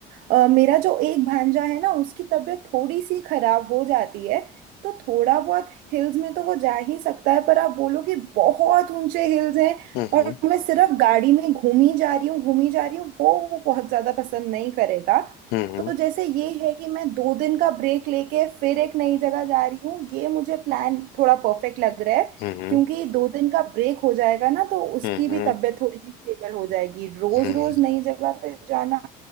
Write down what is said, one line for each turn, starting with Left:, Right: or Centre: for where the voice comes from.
Right: अ, मेरा जो एक भांजा है ना उसकी तबीयत थोड़ी सी खराब हो जाती है तो थोड़ा बहुत हिल्स में तो वो जा ही सकता है पर आप बोलो कि बहुत ऊंचे हिल्स हैं
Left: हम्म
Right: और मैं सिर्फ गाड़ी में घूमी जा रही हूँ घूमी जा रही हूँ वो वो बहुत ज्यादा पसंद नहीं करेगा
Left: हम्म हम्म
Right: तो जैसे ये है कि मैं दो दिन का ब्रेक लेके फिर एक नई जगह जा रही हूँ ये मुझे प्लान थोड़ा परफेक्ट लग रहा है
Left: हम्म हम्म
Right: क्योंकि दो दिन का ब्रेक हो जाएगा ना तो उसकी
Left: हम्म
Right: भी
Left: हम्म
Right: तबीयत थोड़ी सी स्टेबल हो जाएगी रोज
Left: हम्म
Right: रोज नई जगह पे जाना